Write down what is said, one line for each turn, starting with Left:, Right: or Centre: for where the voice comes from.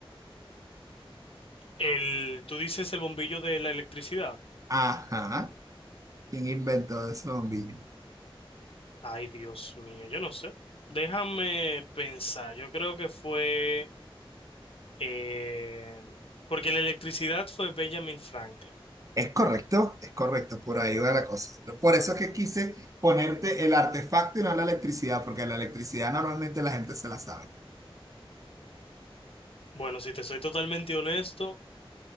Left: El, tú dices el bombillo de la electricidad.
Right: Ajá, ¿quién inventó ese bombillo?
Left: Ay, Dios mío, yo no sé. Déjame pensar, yo creo que fue... Eh, porque la electricidad fue Benjamin Franklin.
Right: Es correcto, es correcto, por ahí va la cosa. Por eso es que quise ponerte el artefacto y no la electricidad, porque la electricidad normalmente la gente se la sabe.
Left: Bueno, si te soy totalmente honesto,